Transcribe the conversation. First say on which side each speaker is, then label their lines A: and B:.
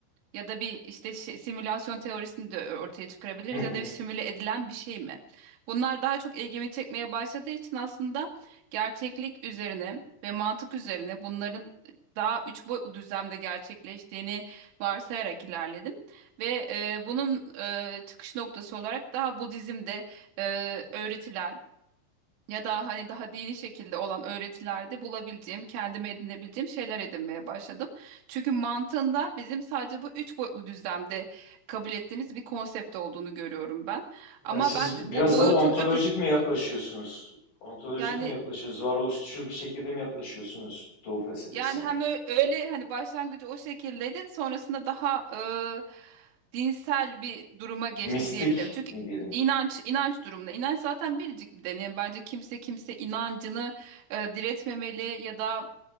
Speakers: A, on the right (about 75°); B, on the left (about 65°).
A: Ya da bir işte şey- simülasyon teorisini de ö- ortaya çıkarabiliriz
B: hı hı.
A: ya da bir simüle edilen bir şey mi? Bunlar daha çok ilgimi çekmeye başladığı için aslında gerçeklik üzerine ve mantık üzerine bunların daha üç boyutlu düzlemde gerçekleştiğini varsayarak ilerledim. Ve e, bunun e, çıkış noktası olarak daha Budizm'de e, öğretiler ya da hani daha dini şekilde olan öğretilerde bulabileceğim, kendime edinebileceğim şeyler edinmeye başladım. Çünkü mantığında bizim sadece bu üç boyutlu düzlemde kabul ettiğimiz bir konsept olduğunu görüyorum ben. Ama
B: Yani siz
A: ben bu
B: biraz
A: boyutun
B: daha ontolojik
A: ötesi
B: mi yaklaşıyorsunuz? Ontolojik
A: yani
B: mi yaklaşıyorsunuz? Varoluşçu bir şekilde mi yaklaşıyorsunuz Doğu felsefesine?
A: Yani hem ö- öyle hani başlangıcı o şekildeydi sonrasında daha e, dinsel bir duruma geçti
B: Mistik
A: diyebilirim. Çünkü
B: mi diyelim?
A: inanç inanç durumunda inanç zaten biricik bir deneyim. Bence kimse kimse inancını e, diretmemeli ya da